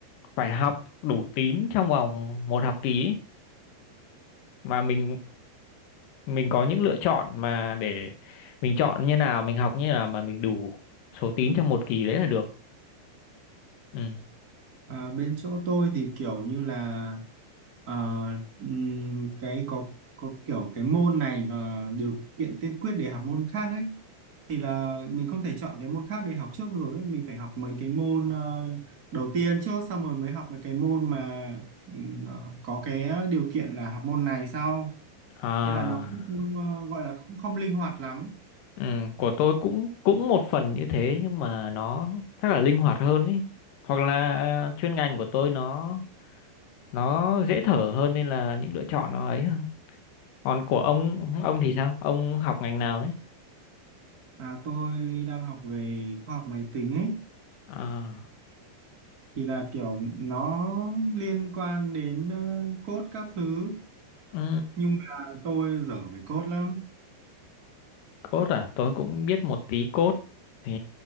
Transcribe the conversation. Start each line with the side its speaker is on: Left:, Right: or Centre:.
Left: phải học đủ tín trong vòng một học kỳ ấy. mà mình mình có những lựa chọn mà để mình chọn như nào mình học như nào mà mình đủ số tín trong một kỳ đấy là được ừ.
Right: À, bên chỗ tôi thì kiểu như là ờ, ừm, cái có có kiểu cái môn này là điều kiện tiên quyết để học môn khác ấy thì là mình không thể chọn cái môn khác để học trước được ấy. Mình phải học mấy cái môn ờ, đầu tiên trước xong rồi mới học mấy cái môn mà ừm, ờ, có cái điều kiện là học môn này sau
Left: à
Right: thế là nó cũng không, ờ, gọi là không không linh hoạt lắm
Left: Ừ, của tôi cũng cũng một phần như thế nhưng mà nó chắc là linh hoạt hơn ý. Hoặc là chuyên ngành của tôi nó nó dễ thở hơn nên là những lựa chọn nó ấy hơn. Còn của ông ông thì sao? Ông học ngành nào đấy?
Right: à tôi đang học về khoa học máy tính ấy
Left: À,
Right: thì là kiểu nó liên quan đến ờ, code các thứ
Left: ừ,
Right: nhưng mà tôi dở về code lắm
Left: code à? Tôi cũng biết một tí code. Thì